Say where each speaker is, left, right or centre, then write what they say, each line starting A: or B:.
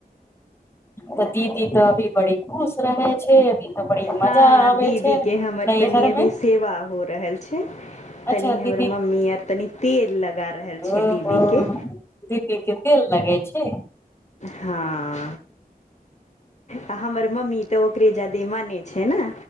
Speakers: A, on the left; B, on the left.
A: तऽ दीदी तऽ अभी बड़ी खुश रहै छै अभी तऽ बड़ी मजा
B: हँ
A: अबै
B: दीदीके
A: छै
B: हमर
A: नैहरमे
B: तनि अभी सेवा हो रहल छै तनि
A: अच्छा
B: हमर
A: दीदी
B: मम्मी आर तनि तेल लगा रहल
A: हुँ
B: छै दीदीके
A: - हुँ दीदी केँ तेल लगै छै
B: हँ आ हमर मम्मी तऽ ओकरे जदे माने छै नऽ